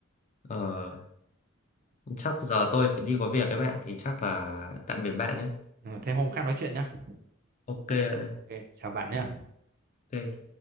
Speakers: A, on the left; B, on the right.
A: ờ chắc giờ tôi phải đi có việc các bạn thì chắc là tạm biệt bạn nhé
B: ừ, thế hôm khác nói chuyện nhá
A: ok bạn ơi
B: Ok, chào bạn nhé
A: ok